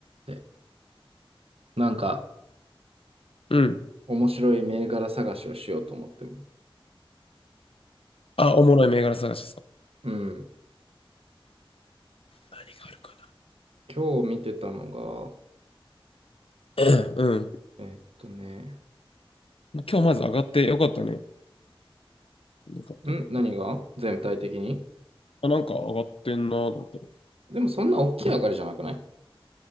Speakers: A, on the right; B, on the left.
A: て。なんか、
B: うん。
A: 面白い銘柄探しをしようと思っても。
B: あ、おもろい銘柄探しですか。
A: うん。
B: 何があるか
A: 今日見てたのが、
B: な。<clears throat> うん。
A: えーっとね、
B: 今日まず上がってよかったね。よかったよかった。
A: ん何が全体的に
B: あ、なんか上がってんなと思って。
A: でもそんな大きい上がりじゃなくない